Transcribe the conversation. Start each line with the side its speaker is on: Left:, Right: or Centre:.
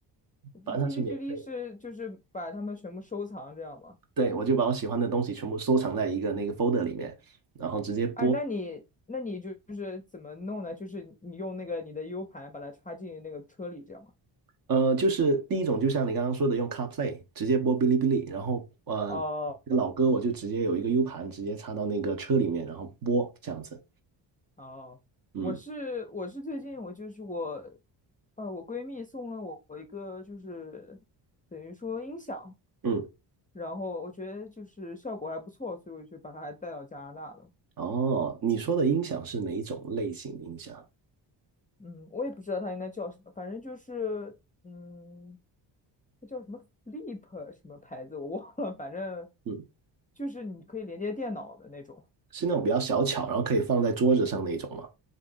Left: 哔哩哔哩是就是把它们全部收藏这样吗？
Right: 反正它是免费的。对，我就把我喜欢的东西全部收藏在一个那个 folder 里面，然后直接播。
Left: 哎，那你那你就是怎么弄呢？就是你用那个你的 U 盘把它插进那个车里这样吗？
Right: 呃，就是第一种，就像你刚刚说的，用 CarPlay 直接播哔哩哔哩，然后呃，
Left: 哦
Right: 老歌我就直接有一个 U 盘，直接插到那个车里面，然后播这样子。
Left: 哦，
Right: 嗯
Left: 我是我是最近我就是我，呃，我闺蜜送了我我一个就是等于说音响，
Right: 嗯，
Left: 然后我觉得就是效果还不错，所以我就把它还带到加拿大了。
Right: 哦，你说的音响是哪一种类型的音响？
Left: 嗯，我也不知道它应该叫什么，反正就是嗯，它叫什么 Flip 什么牌子我忘了，反正
Right: 嗯。
Left: 就是你可以连接电脑的那种，
Right: 是那种比较小巧，然后可以放在桌子上那一种吗？